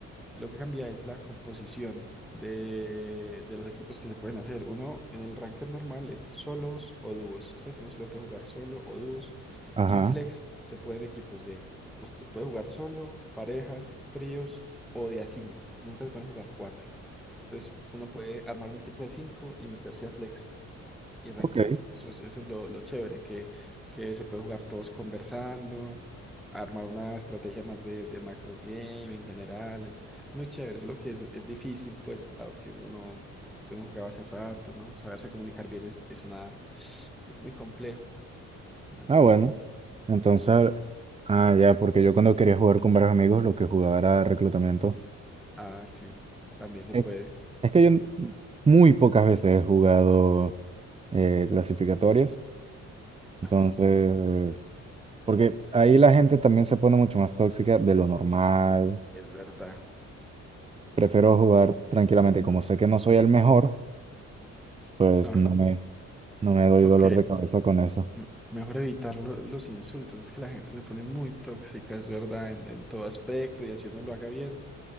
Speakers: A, in the centre; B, on the right.
A: lo que cambia es la composición de, de los equipos que se pueden hacer. Uno en el ranked normal es solos o dúos, ¿cierto? Uno solo puede jugar solo o dúos.
B: Ajá,
A: Y en Flex se pueden equipos de, usted puede jugar solo, parejas, tríos o de a cinco. Nunca se pueden jugar cuatro. Entonces uno puede armar un equipo de cinco y meterse a Flex y rankear.
B: ok.
A: Eso es, eso es lo, lo chévere, que, que se puede jugar todos conversando, armar una estrategia más de, de macro game en general. ent- Es muy chévere, solo que es, es difícil, pues, dado que uno no, yo no jugaba hace rato, ¿no? Saberse comunicar bien es, es una, es muy complejo, ¿no
B: Ah,
A: te parece?
B: bueno. Entonces, ah, ya, porque yo cuando quería jugar con varios amigos, lo que jugaba era reclutamiento.
A: Ah, sí, también se
B: Eh,
A: puede.
B: Es que yo n- muy pocas veces he jugado eh, clasificatorias. Entonces...
A: Ajá.
B: Porque ahí la gente también se pone mucho más tóxica de lo normal.
A: Es verdad.
B: Prefiero jugar tranquilamente. Como sé que no soy el mejor, pues
A: Ajá.
B: no me, no me doy
A: Ok.
B: dolor de cabeza con eso.
A: M- Mejor evitar lo- los insultos. Es que la gente se pone muy tóxica, es verdad, en, en todo aspecto. Y así uno lo haga bien.